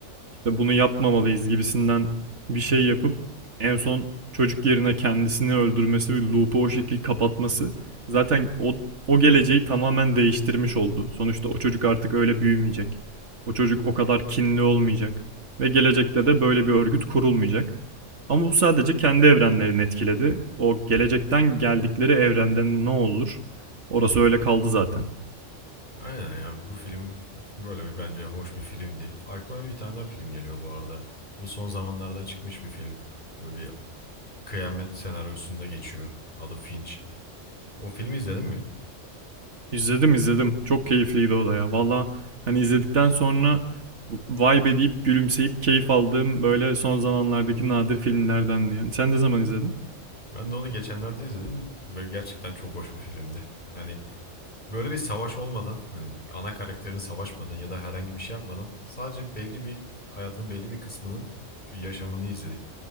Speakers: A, on the right (about 65°); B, on the left (about 40°).
A: işte bunu yapmamalıyız gibisinden bir şey yapıp en son çocuk yerine kendisini öldürmesi ve loop'u o şekil kapatması zaten o, o geleceği tamamen değiştirmiş oldu. Sonuçta o çocuk artık öyle büyümeyecek. O çocuk o kadar kinli olmayacak ve gelecekte de böyle bir örgüt kurulmayacak. Ama bu sadece kendi evrenlerini etkiledi. O gelecekten geldikleri evrende ne olur? Orası öyle kaldı zaten.
B: Aynen ya bu film <laughs> böyle bir bence hoş bir filmdi. Aklıma bir tane daha film geliyor bu arada. Bu son zamanlarda çıkmış bir film. Böyle bir kıyamet senaryosunda geçiyor. Adı Finch. O filmi izledin mi?
A: İzledim izledim. Çok keyifliydi o da ya. Valla hani izledikten sonra vay be deyip gülümseyip keyif aldığım böyle son zamanlardaki nadir filmlerdendi yani. Sen ne zaman izledin?
B: Ben de onu geçenlerde izledim ve gerçekten çok hoş bir filmdi. Hani böyle bir savaş olmadan, hani ana karakterin savaşmadan ya da herhangi bir şey yapmadan sadece belli bir hayatın belli bir kısmının yaşamını izledik.